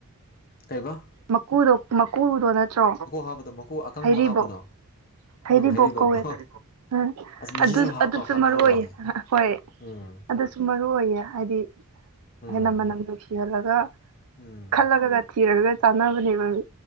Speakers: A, on the left (about 40°); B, on the right (about 80°).
A: ꯀꯩꯔꯤꯕ
B: ꯃꯀꯨꯗꯣ ꯃꯀꯨꯗꯣ ꯅꯠꯇ꯭ꯔꯣ
A: ꯍꯥꯞꯄꯗꯣ ꯃꯀꯨ ꯑꯀꯪꯕ
B: ꯍꯩꯔꯤꯕꯣꯞ
A: ꯍꯥꯞꯄꯗꯣ
B: ꯍꯩꯔꯤꯕꯣꯣꯛ
A: ꯎꯝ ꯍꯩꯔꯤꯕꯣꯞꯀꯣ
B: ꯀꯧꯋꯦ ꯎꯝ
A: ꯑꯁ ꯃꯁꯤꯁꯨ
B: ꯑꯗꯨ
A: ꯍꯥꯞꯄ
B: ꯑꯗꯨꯁꯨ
A: ꯍꯥꯞꯅꯕ
B: ꯃꯔꯨ
A: ꯃꯥꯜꯂꯦ
B: ꯑꯣꯏ ꯍꯣꯏ
A: ꯎꯝ
B: ꯑꯗꯨ ꯃꯔꯨ ꯑꯣꯏꯅ ꯍꯥꯏꯗꯤ
A: ꯎꯝ
B: ꯍꯦꯟꯅ ꯃꯅꯝ ꯅꯨꯡꯁꯤꯍꯜꯂꯒ
A: ꯎꯝ
B: ꯈꯜꯂꯛ__ ꯊꯤꯔꯥꯒ ꯆꯥꯅꯕꯅꯦꯕꯥ ꯃꯤ